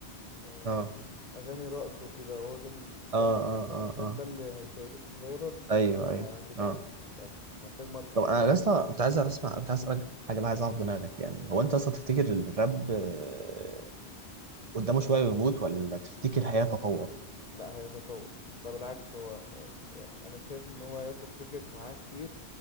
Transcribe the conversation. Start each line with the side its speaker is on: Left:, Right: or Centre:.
Left: آه،
Right: اه
Left: اغاني رقص وكده هو ده ال...
Right: اه
Left: ده الم...
Right: اه
Left: ده انت
Right: اه
Left: فاهم
Right: اه
Left: ده اللي هيخليك تفايرال من
Right: ايوه
Left: غير ما
Right: ايوه
Left: تتعب
Right: اه
Left: من الآخر. مش محتاج ماركتينج
Right: طب انا
Left: اصلا
Right: لسه كنت عايز اسمع كنت عايز اسالك حاجه بقى عايز اعرف دماغك يعني
Left: مم.
Right: هو انت اصلا تفتكر الراب آه، قدامه شويه ويموت ولا تفتكر هيتطور؟
Left: لا هيتطور ده بالعكس هو آه، يعني انا شايف ان هو هياخد سكك معاه كتير